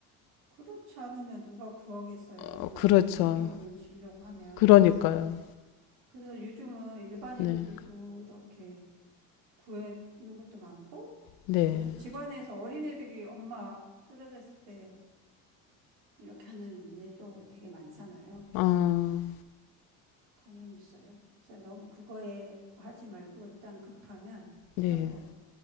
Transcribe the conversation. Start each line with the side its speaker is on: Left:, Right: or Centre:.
Right: 그렇지 않으면 누가 구하겠어요.
Left: 어,
Right: 나중에
Left: 그렇죠.
Right: 책임을 지려고 하면.
Left: 그러니까요.
Right: 그래서 그래서 요즘은 일반인들도
Left: 네,
Right: 이렇게 구하는 것도 많고,
Left: 네.
Right: 그리고 집안에서 어린애들이 엄마 쓰러졌을 때 이렇게 하는 예도 되게 많잖아요. 그래서
Left: 아,
Right: 당연히 있어요. 그래서 너무 그거에 하지 말고 일단 급하면 무조건
Left: 네.